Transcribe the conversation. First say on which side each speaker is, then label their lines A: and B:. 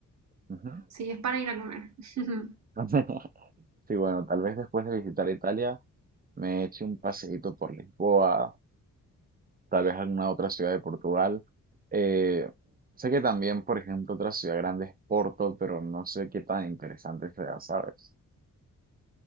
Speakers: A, on the right; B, on the right.
A: Ujú.
B: sí, es para ir a comer. <laughs>
A: <laughs> sí, bueno, tal vez después de visitar Italia me eche un paseíto por Lisboa, tal vez alguna otra ciudad de Portugal. Eh, sé que también, por ejemplo, otra ciudad grande es Porto, pero no sé qué tan interesante sea, ¿sabes?